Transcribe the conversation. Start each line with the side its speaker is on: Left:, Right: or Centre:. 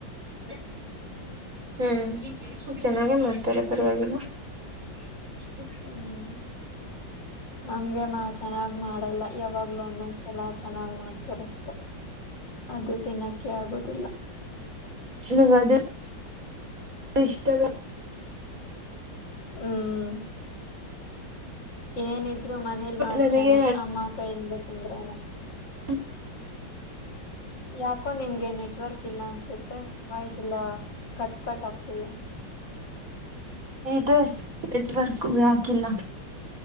Right: ಹ ಹ್ಮ್ ಚೆನ್ನಾಗೇ ಮಾಡ್ತಾರೆ ಪರ್ವಾಗಿ ಹ
Left: ಹ್ಮ್ ನಮ್ಗೆ ಮಾ ಚೆನ್ನಾಗ್ ಮಾಡಲ್ಲ ಯಾವಾಗ್ಲೂ ಒಂದೊಂದ್ಸಲ ಚೆನ್ನಾಗ್ ಮಾಡ್ತಾರಷ್ಟೆ ಅದು ತಿನ್ನಕ್ಕೆ ಆಗೋದಿಲ್ಲ
Right: ನಂಗ ಅದು ಇಷ್ಟದ
Left: ಹ್ಮ್ ಏನಿದ್ರು ಮನೇಲಿ ಮಾಡ್ತ್ರ್ರಾನನೆ
Right: ನಮಗೆ
Left: ಅಮ್ಮ ಕೈಯಲ್ದ ಹ್ರ
Right: ಹ್ಮ
Left: ಯಾಕೋ ನಿಮ್ಗೆ ನೆಟ್ವರ್ಕ್ ಇಲ್ಲ ಅನ್ಸುತ್ತೆ ವಾಯ್ಸ ಎಲ್ಲ ಕಟ್ ಕಟ್ ಆಗ್ತದೆ
Right: ಇದೆ ನೆಟ್ವರ್ಕ್ ಹಾಕಿಲ್ಲ